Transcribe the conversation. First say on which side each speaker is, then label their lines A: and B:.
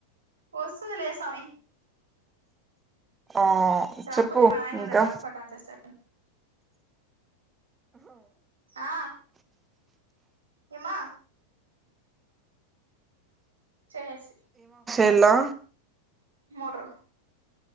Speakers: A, on the right; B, on the right.
A: వస్తదిలే స్వామి
B: ఆ
A: రాకపోతే
B: చెప్పు
A: మా నాయన ఉండడు
B: ఇంకా
A: హాస్పర్ట్ ఆన్ చేస్తాడు ఆ ఏమ్మ చేసేసి
B: ఎలా
A: మోటరు